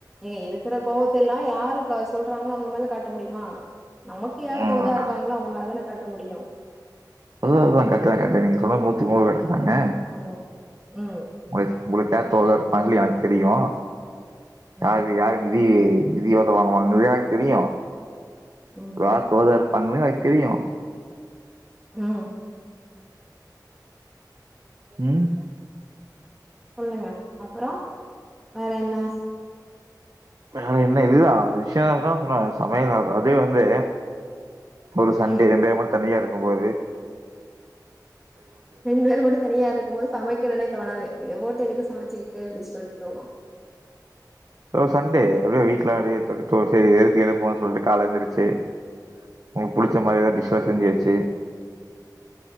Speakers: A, in the centre; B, on the right (about 50°).
A: ஏ இருக்கற கோவத் தெல்லா யாரு க சொல்றாங்ளோ அவுங்க மேல காட்ட முடியுமா நமக்கு யார்
B: ம்
A: தோதா இருக்காங்ளோ அவுங்க மேலதானக் காட்ட முடியூ
B: அது அதுதா கட்டு தா கட்டு நீங்க சொன்னது நூத்திக்நூறு கர்ட்டு தாங்க
A: ம் ம்
B: உங்களுக்குக்கேத்தவளா இருப்பாங்லூ எனக்கு தெரியூ
A: ம்
B: யாரு யாருனு தி நிதி எவ்ளோ வாங்குவாங்கறது எனக்கு தெரியூ
A: ம்
B: ராத் வதர் அங்கவ எனக் தெரியூ
A: ம்
B: ம்
A: சொல்லுங்க அப்றோ வேறென்ன
B: வேறென்ன இதுதா அந்த விஷ்ய தா சொன்னாங்க சமையதா அதே வந்து ஒரு சண்டே
A: ம்
B: சண்டே மன்த் தனியா இருக்கும்போது
A: ரெண்டு பேரு மட்டூ தனியா இருக்கும் போது சமைக்கணூனே தோணாது போட்டூ எதுக் சமச்சிக்கிட்டு அப்டின் ஸ் சொல்ட்டு தோணூ
B: ப்றோ சண்டே வெ வீட்லாவெ <unintelligible> செரி எதுக் எழுப்பணூனு சொல்லிட்டு கால எழுந்துருச்சு உங்ளுக்கு புடிச்ச மாரி எதா டிஷ்லா செஞ்சு வச்சு